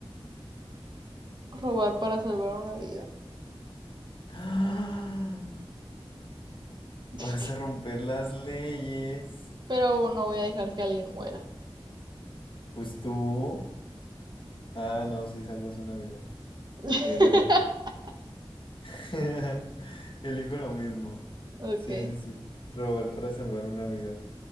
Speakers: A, on the right (about 50°); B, on the left (about 60°).
A: Robar para salvar una vida.
B: ¡Ah! ¿Vas
A: <laughs>
B: a romper las leyes?
A: Pero no voy a dejar que alguien muera.
B: Pues tú. Ah, no, si salvas una vida.
A: <laughs>
B: Es verdad. <laughs> Elijo lo mismo.
A: Ok.
B: Sí, sí, sí. Robar para salvar una vida.